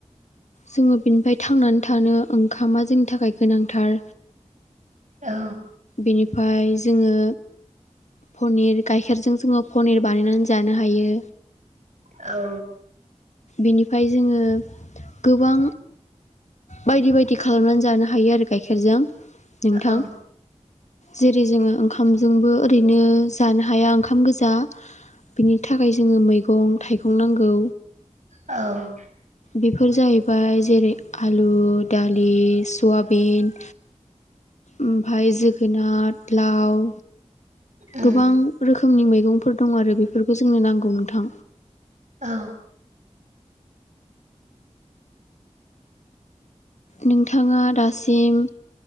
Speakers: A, on the left; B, on the right.
A: जोङो बिनिफ्राय थांनानै थानो ओंखामा जोंनि थाखाय गोनांथार
B: औ
A: बेनिफ्राय जोङो पनिर गाइखेरजों जोङो पनिर बानायनानै जानो हायो
B: औ
A: बेनिफ्राय जोङो गोबां बायदि बायदि खालामनानै जानो हायो आरो गाइखेरजों नोंथां
B: औ
A: जेरै जोङो ओंखामजोंबो ओरैनो जानो हाया ओंखाम गोजा दा बिनि थाखाय जोङो मैगं थाइगं नांगौ
B: औ
A: बेफोर जाहैबाय जेरै आलु दालि सयाबिन ओमफाय जोगोनार लाउ
B: उम
A: गोबां रोखोमनि मैगं फोर दं आरो बेफोरखौ जोंनो नांगौ नोंथां
B: औ
A: नोंथाङा दासिम